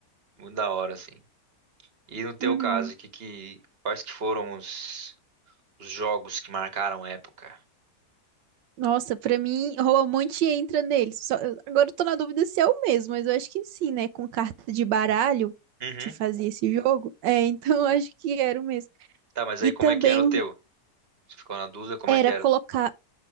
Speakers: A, on the right; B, on the right.
A: muito da hora, assim. E no teu
B: Uhum.
A: caso, que, que, quais que foram os, os jogos que marcaram a época?
B: Nossa, pra mim, Roamonte entra neles. Só- eu- agora eu tô na dúvida se é o mesmo, mas eu acho que sim, né? Com carta de baralho
A: Uhum.
B: que fazia esse jogo. É, então <laughs> eu acho que era o mesmo.
A: Tá, mas
B: E
A: aí
B: também
A: como é que era o
B: um-
A: teu? Você ficou na dúvida como
B: era
A: é que era?
B: colocar.